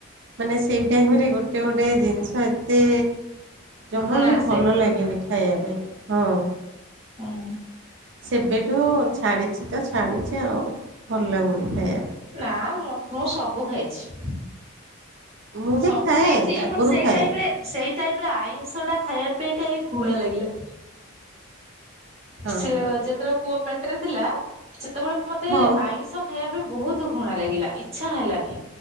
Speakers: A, on the right (about 55°); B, on the right (about 30°).
A: ମାନେ ସେଇ ଟାଇମ୍ ରେ ଗୋଟେ ଗୋଟେ ଜିନିଷ ଏତେ ଜମା
B: ଘୃଣା
A: ବି
B: ଆସେ
A: ଭଲ ଲାଗେନି ଖାଇବା ପାଇଁ। ହଁ
B: ହଁ
A: ସେବେଠୁ ଛାଡିଛି ତ ଛାଡିଛି ଆଉ ଭଲ ଲାଗୁନି ଖାଇବା।
B: ନା ମ ମୁଁ ସବୁ ଖାଇଛି।
A: ମୁଁ ବି
B: ସବୁ
A: ଖାଏ
B: ଖାଇଛି
A: ଆଗରୁ
B: ବଟ୍ ସେଇ
A: ଖାଏ
B: ଟାଇପ୍ ରେ। ସେଇ ଟାଇମ୍ ରେ ଆଇଁଷ ଟା ଖାଇବା ପାଇଁ କାଇଁ ଘୃଣା ଲାଗିଲା।
A: ହଁ
B: ସେ ଯେତେବେଳେ ପୁଅ ପେଟରେ ଥିଲା। ସେତେବେଳେ ମତେ
A: ହଉ
B: ଆଇଁଷ ଖାଇବା ପାଇଁ ବହୁତ ଘୁଣା ଲାଗିଲା ଇଚ୍ଛା ହେଲାନି।